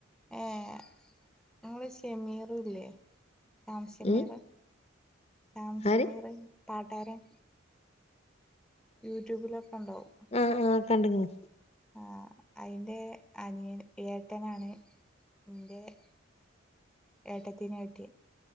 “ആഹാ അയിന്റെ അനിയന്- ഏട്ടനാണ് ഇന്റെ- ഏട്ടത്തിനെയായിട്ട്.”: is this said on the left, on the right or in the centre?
Centre